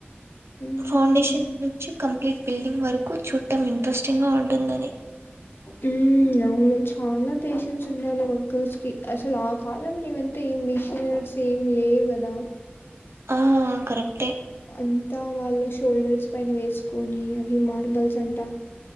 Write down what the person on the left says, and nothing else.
మ్మ్
ఉ అవును చాలా పేషన్స్ ఉండాలి. వర్కర్స్ కి అసలు ఆ కాలంలో ఇవంతా ఏం మిషన్స్ ఏమి లేవు కదా.
అంతా వాళ్ళ షోల్డర్స్ పైన వేసుకొని అవి మార్బల్స్ అంట